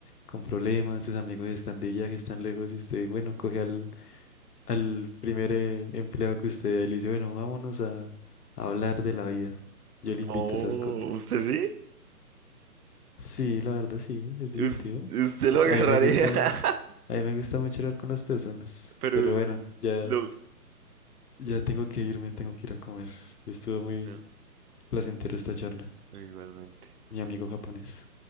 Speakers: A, on the left; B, on the right.
A: con problemas, sus amigos están de viaje, están lejos y usted, bueno, coge al al primer eh, empleado que usted vea y le dice, bueno, vámonos a, a hablar de la vida. Yo
B: No,
A: le invito esas copas.
B: ¿usted sí?
A: Sí, la verdad sí, es divertido.
B: Us- ¿Usted
A: Es-
B: lo agarraría?
A: a mí me gusta,
B: <laughs>
A: a mí me gusta mucho hablar con las personas.
B: Pero
A: Pero bueno, ya,
B: lo...
A: ya tengo que irme, tengo que ir a comer. Estuvo muy
B: no.
A: placentera esta charla,
B: Igualmente.
A: mi amigo japonés.